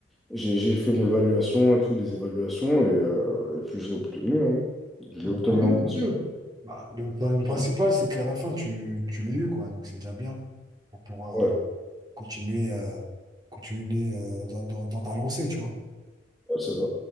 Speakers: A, in the centre; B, on the right.
A: j'ai- j'ai fait l'évaluation et tout, les évaluations, et, euh, et puis je l'ai obtenu. hein. Je
B: Ah,
A: l'ai
B: Bah,
A: obtenu
B: tant mieux,
A: en
B: tant
A: mensuel.
B: mieux. Bah, le, enfin, le principal,
A: Ouais,
B: c'est qu'à la fin, tu, tu l'as eu, quoi. Donc, c'est déjà bien pour pouvoir
A: ouais,
B: euh, continuer, euh, continuer euh, dans, dans, dans ta lancée, tu vois.
A: c'est ça.